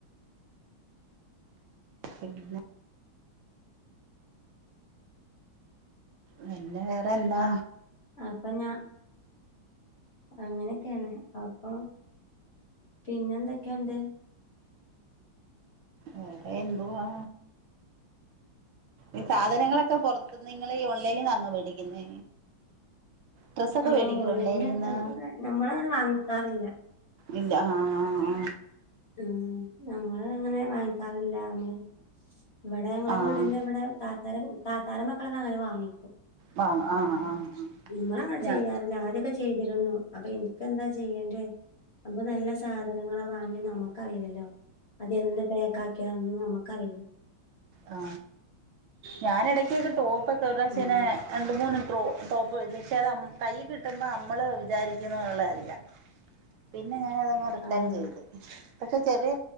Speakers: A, on the right; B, on the left.
A: ഇല്ല പിന്നെ വേറെ എന്താ
B: അപ്പഞാ അങ്ങനെയൊക്കെയാണ് അപ്പം പിന്നെ എന്തൊക്കെ ഒണ്ട്
A: വേറെ എന്തുവാ ഈ സാധനങ്ങളൊക്കെ പൊറത്തിന്ന് നിങ്ങളേ ഓൺലൈന്നാന്നോ മേടിക്കുന്നേ ഡ്രസ്സൊക്കെ
B: ആഹ്
A: മേടിക്കോ
B: ഓൺലൈന്
A: ഓൺലൈനിന്ന്
B: അട്ക്കട് കൊക്ക നമ്മളങ്ങനെ വാങ്ങിക്കാറില്ല
A: ഇല്ലാ ആ ആ ആ
B: ഉം നമ്മള് അങ്ങനെ വാങ്ങിക്കാറില്ല നമ്മള് ഇവിടെ ഞങ്ങളെ
A: ആഹ് ആഹ്
B: വീടിന്റവിടെ താത്താര താത്താര മക്കളൊക്കെ അങ്ങനെ വാങ്ങി
A: വാങ്ങും ആഹ് ആഹ് ആഹ്
B: നമ്മളങ്ങന
A: ഞാ
B: ചെയ്യാറില്ല ആദ്യക്കെ ചെയ്തിരുന്നു അപ്പൊ എൻക്കെന്താ ചെയ്യേണ്ടേ അപ്പം നല്ല സാധനങ്ങളവാങ്ങി നമ്മ ക്കറിയില്ലല്ലോ അത് എന്ന് പേക്കാകിയതാ ഒന്നും നമ്മുക്കറി
A: ആ ഞാൻ എടക്കൊക്കെ ടോപ്പൊക്ക ഒരു പ്രാവശേനെ
B: ഉം
A: രണ്ട് മൂന്ന് ട്രോ ടോപ്പ് പക്ഷെ അത് അം കൈയ്യികിട്ടമ്പം അമ്മള് വിചാരിക്കുന്നുള്ളതല്ല പിന്നെ ഞാന് അതങ്ങ് റിട്ടേൺ
B: ആഹ്
A: ചെയ്ത് പക്ഷെ ചെറിയ